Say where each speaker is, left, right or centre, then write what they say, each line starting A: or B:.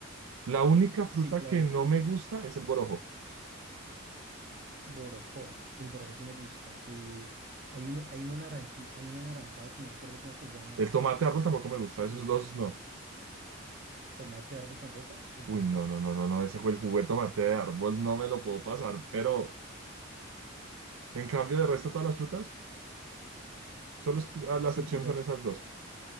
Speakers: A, on the right; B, on the right.
A: La única
B: Sí,
A: fruta
B: claro,
A: que no
B: y
A: me gusta es el borojo.
B: borojó, el borojó sí me gusta. eh, hay uno, hay uno naranji, hay un anaranjado que no recuerdo cómo se llama,
A: El tomate de árbol tampoco me gusta,
B: eh,
A: esos dos no.
B: tomate de árbol tampoco. ah,
A: Uy, no, no, no, no, no, ese fue el juguete tomate de árbol, no me lo puedo pasar, pero en cambio de resto todas las frutas, solo es-
B: <laughs>
A: ah, la
B: sí,
A: excepción
B: pues yo,
A: son esas dos.